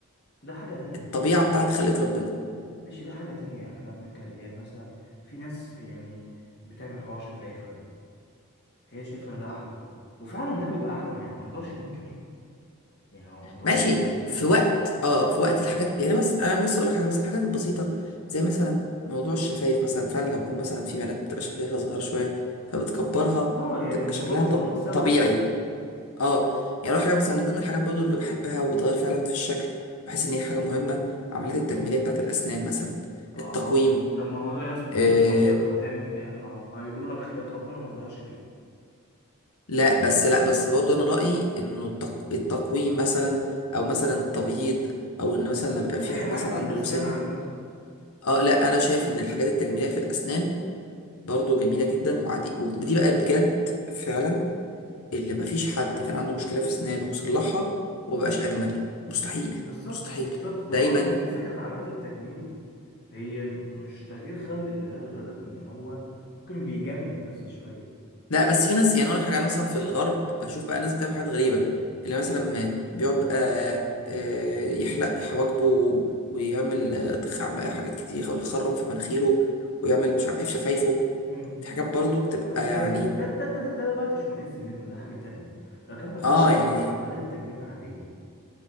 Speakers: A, on the left; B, on the left.
A: ده حاجه تانية
B: الطبيعة بتاعت خلقة ربنا
A: ماشي ده حاجه تانية احنا بنتكلم يعني مثلا في ناس يعني بتعمل حوار شفايفها ده هي شايفه ان ده احلى وفعلا ده بيبقى احلى ما يعني ما نقدرش ننكر يعني هو انت ما
B: ماشي
A: تقدرش تنكره
B: في وقت اه في وقت الحاجات يعني بس انا بس اقول لك حاجه مثلا الحاجات البسيطه زي مثلا موضوع الشفايف مثلا فعلا لو يكون مثلا في بنات بتبقى شفايفها صغيره شويه فبتكبرها
A: اه يعني
B: تبقى
A: الموضوع
B: شكلها
A: بيبقى
B: طب
A: انثوي
B: طبيعي
A: اكتر
B: اه يعني اول حاجه مثلا من ضمن الحاجات برضو اللي بحبها وبتغير فعلا في الشكل بحس ان هي حاجه مهمه عمليات التجميليه بتاعت الاسنان مثلا
A: اه
B: التقويم
A: طب ما هو ده يا اسطى خلقة
B: آه
A: ربنا هتعمل في ايه ما هيقولوا لك خلقة ربنا ما تغيرش فيه
B: لا بس لا بس برضو انا رايي انه التق... التقويم مثلا او مثلا تبييض او ان مثلا لما يبقى في
A: اي
B: حد
A: حاجة
B: مثلا
A: في
B: عنده
A: الاسنان
B: سنه
A: عامة
B: اه لا انا شايف ان الحاجات التجميليه في الاسنان برضو جميله جدا وعادي ودي بقى بجد فعلا اللي مفيش حد كان عنده مشكله في اسنانه وصلحها ومبقاش اجمل مستحيل
A: بالظبط
B: مستحيل
A: بالظبط فانا
B: دايما
A: قصدي ان فكرة عمليات التجميل هي مش تغيير خلق الله غير ان هو ممكن بيجمل بس شوية
B: لا بس في ناس يعني اقول لك حاجه انا مثلا في الغرب بشوف بقى ناس بتعمل حاجات غريبه اللي مثلا م- بيقعد آه، آه، يحلق حواجبه ويعمل آه، تخ- عم- حاجات كتير يحاول يخرم في مناخيره ويعمل مش عارف ايه في شفايفه
A: مم.
B: في حاجات برضو بتبقى
A: ده
B: يعني
A: ده ده ده ده, ده ده بقى تشمئز منه ده حاجة تانية لكن انا بتكلم
B: اه
A: عن
B: يعني
A: عمليات التجميل العادية